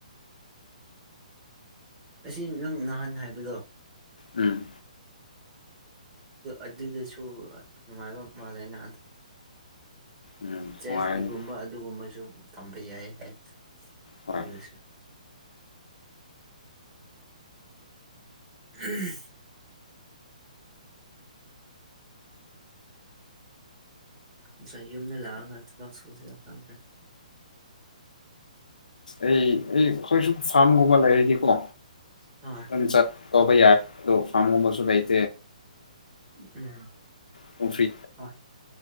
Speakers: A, on the right (about 20°); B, on the left (about 90°).
A: ꯑꯁꯤ ꯅꯪ ꯅꯍꯥꯟ ꯍꯥꯏꯕꯗꯣ
B: ꯎꯝ
A: ꯑꯗꯨꯗꯤꯁꯨ ꯅꯨꯡꯉꯥꯏꯕ ꯃꯦ ꯅ
B: ꯎꯝ
A: ꯆꯦꯐꯀꯤꯒꯨꯝꯕ
B: ꯅꯨꯡꯉꯥꯏꯔꯅꯤ
A: ꯑꯗꯨꯒꯨꯝꯕꯁꯨ ꯇꯝꯕ ꯌꯥꯏ ꯍꯥꯏ
B: ꯍꯣꯏ
A: ꯑꯗꯨꯁꯨ ꯎꯝ ꯅꯠꯇ꯭ꯔ ꯌꯨꯝꯗ ꯂꯥꯛꯑꯒ ꯊꯕꯛ ꯁꯨꯁꯤꯔ ꯈꯪꯗ꯭ꯔꯦ
B: ꯑꯩ ꯑꯩ ꯑꯩꯈꯣꯏꯁꯨ ꯐꯥꯝꯒꯨꯝꯕ ꯂꯩꯔꯗꯤꯀꯣ
A: ꯍꯣꯏ
B: ꯑꯗꯨ ꯇꯧꯕ ꯌꯥꯔ ꯐꯥꯝ ꯍꯝꯁ ꯍꯥꯏꯥꯏ
A: ꯎꯝ
B: ꯑꯗꯨꯝ ꯐ꯭ꯔꯤ
A: ꯍ